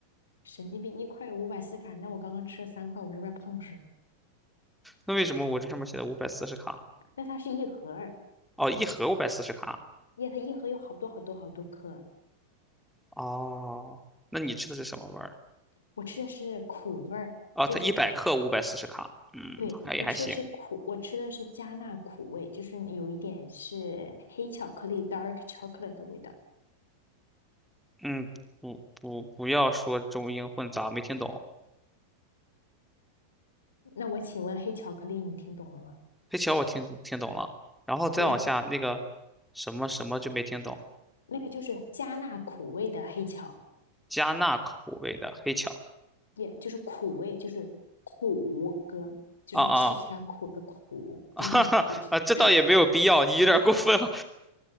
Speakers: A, on the left; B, in the centre.
A: 神经病，一块五百四卡，那我刚刚吃了三块，我是不是胖吃？
B: 那为什么我这上面写的五百四十卡？
A: 那它是一盒儿，
B: 哦，一盒五百四十卡。
A: 耶，它一盒有好多好多好多颗。
B: 哦，那你吃的是什么味儿？
A: 我吃的是苦味儿，
B: 哦，
A: 就是苦，
B: 它一百克五百四十卡。嗯，
A: 对，
B: 好像也还行。
A: 我吃的是苦，我吃的是加纳苦味，就是有一点是黑巧克力 （dark chocolate） 的味道。
B: 嗯，不不不要说中英混杂，没听懂。
A: 那我请问黑巧克力你听懂了吗？
B: 黑巧我听听懂了，然后再往下那个
A: 对呀、
B: 什么什么就没听懂，
A: 那个就是加纳苦味的黑巧。
B: 加纳口味的黑巧
A: 也就是苦味，就是苦哥，就是吃起来苦的苦，
B: 啊啊啊，
A: 加那苦。
B: <laughs> 哈哈啊，这倒也没有必要，
A: <laughs>
B: 你有点过分了。